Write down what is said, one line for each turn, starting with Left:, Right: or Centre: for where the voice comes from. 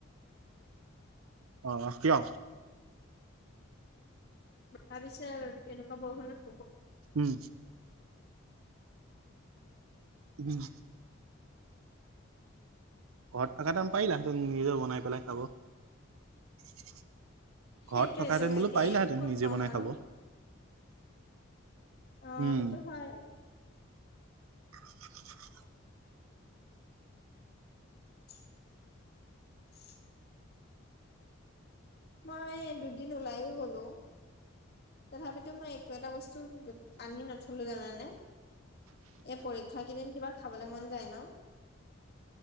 Right: অ কিয়?
Left: তথা পিছে তেনেকুৱা বৰষুনত
Right: উম। উম। ঘৰত থকা ন পাৰিলাহেঁতেন নিজে বনাই পেলাই খাব। ঘৰত
Left: সেইটোয়েতো
Right: থকাহেঁতেন বোলো
Left: এতিয়া
Right: পাৰিলাহেঁতেন
Left: ইয়াত ক'ত
Right: নিজে
Left: পাম
Right: বনাই
Left: আৰু
Right: খাব।
Left: অ,
Right: উম।
Left: সেইটো হয়।
Right: উ। <inaudible>
Left: <inaudible> মই দুদিন ওলাই ও গ'লো তথাপিতো মই একো এটা বস্তু দুত পানি নথলো জানা নে? এই পৰীক্ষা কেইদিন কিবা খাবলৈ মন যায় ন?